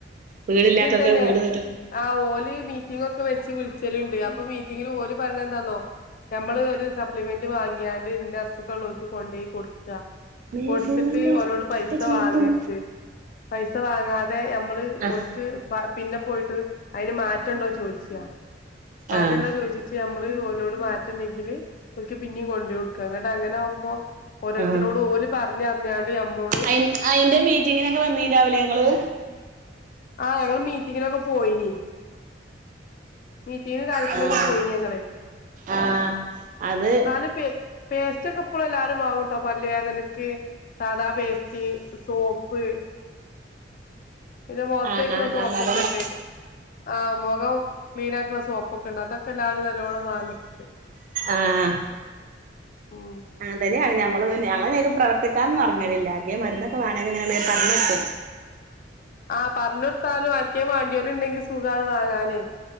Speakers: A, on the right; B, on the left.
A: വീടില്ലാത്തോൽക്ക്
B: തന്നെ
A: ആ വീട് ന്നെട്ട്
B: ആ ഓല് മീറ്റിംഗ് ഒക്കെ വെച്ച് വിളിച്ചല്ണ്ട് അപ്പൊ മീറ്റിങ്ങിന് ഓല് പറയിണെന്താന്നോ നമ്മള് ഒരു സപ്ലിമെന്റ് വാങ്ങിയാണ്ട് ഇന്ന അസുഖ ഉള്ളോൽക്ക് കൊണ്ടോയി കൊടുക്ക.
A: മേ
B: കൊടുത്തിട്ട്
A: കേറല്ലേ
B: ഓലോട് പൈസ
A: ഇപ്പ ചീത്തും
B: വാങ്ങര് ത് പൈസ വാങ്ങാതെ അമ്മള്
A: ആഹ്
B: ഓൽക്ക് പ പിന്നെ പോയിട്ട് അയിന് മാറ്റണ്ടോ ചോയിച്ചാ മാറ്റണ്ടോ
A: ആഹ്
B: ചോയീച്ചിട്ട് അമ്മള് ഓലോട് മാറ്റണ്ടെങ്കിൽ ഓൽക്ക് പിന്നിം കൊണ്ടോയി കൊടുക്ക ഇങ്ങട്ട് അങ്ങനാവുമ്പോ ഓരോരുത്തരോട്
A: ആഹ്
B: ഓല് പറഞ്ഞ് അറിഞ്ഞാണ്ട് ഞമ്മളോട്
A: അയി അയിന്റെ മീറ്റിങ്ങിനൊക്കെ വന്നീണ്ടാവുലേ ഇങ്ങള്
B: ആ് ഞങ്ങള് മീറ്റിങ്ങിനൊക്കെ പോയിനി മീറ്റിങ്ങിന് കാര്യത്തിനൊക്കെ
A: ആഹ്
B: പോയിനി ഞങ്ങള്
A: ആഹ് അത്
B: ന്നാലും പേ പേസ്റ്റ് ഒക്കെ ഇപ്പളും എല്ലാരും വാങ്ങുട്ടോ പല്ലു വേദനക്ക് സാദാ പേസ്റ്റ് സോപ്പ് പിന്നെ മോത്തേക്ക്ണെ
A: ആഹ് ആഹ്
B: സോപ്പൊക്കെണ്ട്
A: ആഹ് അതന്നെ
B: ആഹ് മുഖം ക്ലീൻ ആക്ക്ണെ സോപ്പ് ഒക്കെ ഉണ്ട് അതൊക്കെ എല്ലാവരും നല്ലോണം വാങ്ങ്ണ്ട്.
A: ആഹ്
B: ഉം
A: അങ്ങനെതന്നെ ആണ് ഞങ്ങളും ഞങ്ങള് പിന്നെ അയ്ക്ക് പ്രവർത്തിക്കാനൊന്നും എറങ്ങൽ ഇല്ല ആർക്കേലും മരുന്ന് ഒകെ വാണെങ്കിൽ ഇങ്ങനെ പറഞ്ഞൊടുക്കും
B: ആഹ് പറഞ്ഞൊടുത്താലും ആർക്കേലും വാണ്ടിയോല് ഉണ്ടെങ്കി സുഖാണ് വാങ്ങാന്